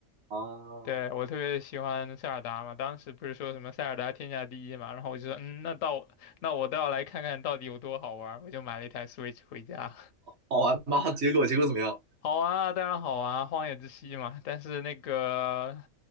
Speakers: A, on the right; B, on the left.
A: 啊，
B: 对，我特别喜欢塞尔达嘛，当时不是说什么塞尔达天下第一嘛，然后我就说，嗯，那到那我倒要来看看到底有多好玩儿我就买了一台 Switch 回家。
A: 好玩吗？<laughs> 结果结果怎么样？
B: 好玩啊，当然好玩啊荒野之息嘛，但是那个